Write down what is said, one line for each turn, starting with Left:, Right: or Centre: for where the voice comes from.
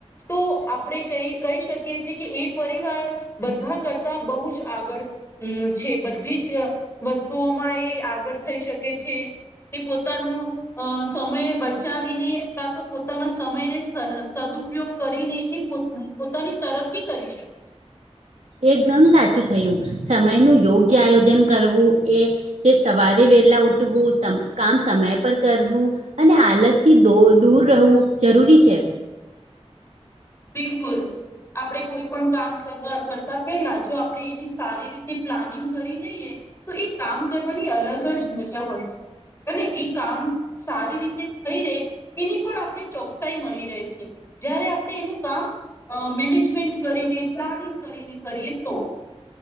Left: તો આપણે કઈ કહી શકીએ છીએ કે એ પરિવાર બધાં કરતા બહુ જ આગળ હમ છે બધી જ વસ્તુઓમાં એ આગળ થઈ શકે છે. એ પોતાનું અ સમય બચાવીને કા તો પોતાના સમયને સ સદુપયોગ કરીને એ પોત પોતાની તરકી કરી શકે છે.
Right: એકદમ સાચું થયું. સમયનું યોગ્ય આયોજન કરવું એ જે સવારે વેલા ઉઠવું, સમ કામ સમય પર કરવું. અને આલસથી દો દૂર રહવું જરૂરી છે.
Left: બિલકુલ. આપણે કોઈ પણ કામ કરવા કરતા પેલા જો આપણે એવી સારી રીતે પ્લાનિંગ કરી લઈએ. તો ઈ કામ કરવાની અલગ જ મજા હોય છે. અને એ કામ સારી રીતે થઈ રે એની પણ આપણે ચોકસાઈ મળી રહે છે. જયારે આપણે એનું કામ અ મેનેજમેન્ટ કરીને, પ્લાનિંગ કરીને કરીએ તો.